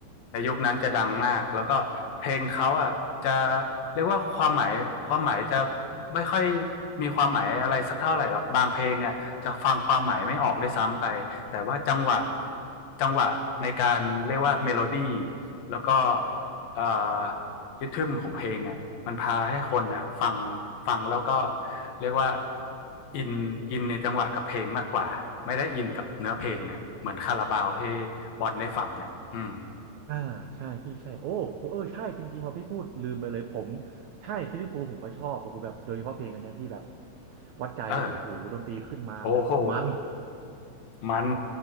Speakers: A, on the left (about 65°); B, on the right (about 85°).
A: ในยุคนั้นจะดังมากแล้วก็เพลงเขาอ่ะจะเรียกว่าความหมายความหมายจะไม่ค่อยมีความหมายอะไรสักเท่าไหร่หรอกบางเพลงอ่ะจะฟังความหมายไม่ออกด้วยซ้ำไปแต่ว่าจังหวะจังหวะในการเรียกว่าเมโลดี้แล้วก็เอ่อริทึมของเพลงอ่ะมันพาให้คนอ่ะฟังฟังแล้วก็เรียกว่าอินอินในจังหวะกับเพลงมากกว่าไม่ได้อินกับเนื้อเพลงนะเหมือนคาราบาวที่บอนได้ฟังอ่ะอืม
B: อ่าใช่พี่ใช่โอ้ผมเออใช่จริงๆพอพี่พูดลืมไปเลยผมใช่ซิลลี่ฟูลส์ผมก็ชอบโอ้โหแบบโดยเฉพาะเพลงอันเนี้ยพี่แบบวัดใจเลยพี่โอ้โหดนตรีขึ้นมาแบบมัน
A: เออโอ้โหมัน